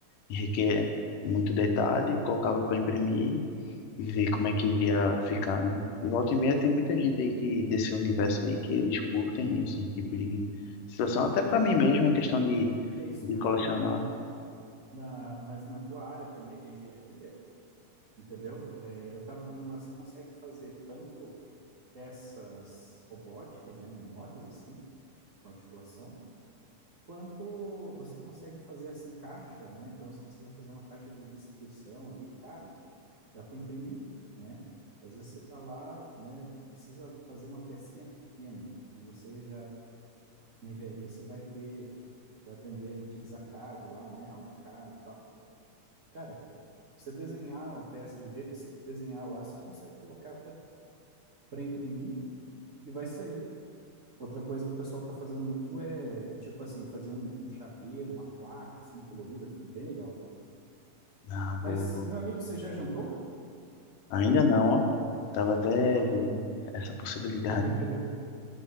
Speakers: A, on the left (about 80°); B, on the right (about 50°).
A: requer muito detalhe, colocava para imprimir e ver como é que iria ficar, né? Volta e meia tem muita gente aí que desse universo aí que eles curtem esse tipo de situação. Até pra mim mesmo, uma questão de,
B: É isso
A: de
B: que eu ia
A: colecionar.
B: falar. Na, Na, mas na tua área também de engenharia, entendeu? É, eu estava vendo lá, você consegue fazer tanto peças robóticas, né, menores assim, com articulação, quanto você consegue fazer assim caixa, né? Então você precisa fazer uma caixa de distribuição ali, cara, dá para imprimir, né? E Às vezes você está lá, né, precisa fazer uma pecinha pequena e você já na engenharia você vai ter, vai aprender a utilizar CAD lá, né, AutoCAD e tal. Cara, você desenhar uma peça do jeito que você desenhar lá, você consegue colocar para imprimir e vai sair. Outra coisa que o pessoal tá fazendo muito é, tipo assim, fazer um, um chaveiro, uma placa assim colorida, fica bem legal.
A: Ah, boa,
B: Mas,
A: boa.
B: meu amigo, você já jantou?
A: Ainda não, ó. Tava até
B: Ó,
A: vendo essa possibilidade.
B: <laughs>